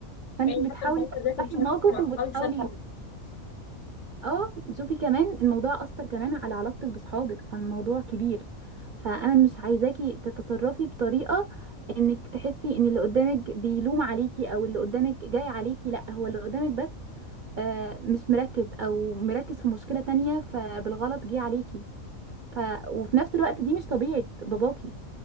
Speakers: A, on the right; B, on the left.
A: فانتي
B: أيوة
A: بتحاولي
B: حتى مش عارفة
A: تصلحي
B: أذاكر مش
A: الموقف
B: عارفة أخرج مع أصحابي
A: وبتحاولي
B: بسبب
A: اه شوفي كمان الموضوع اثر كمان على علاقتك بصحابك فالموضوع كبير فانا مش عايزاكي تتصرفي بطريقه انك تحسي ان اللي قدامك بيلوم عليكي او اللي قدامك جاي عليكي لا هو اللي قدامك بس آه، مش مركز او مركز في مشكله تانية فبالغلط جه عليكي ف... وفي نفس الوقت دي مش طبيعه باباكي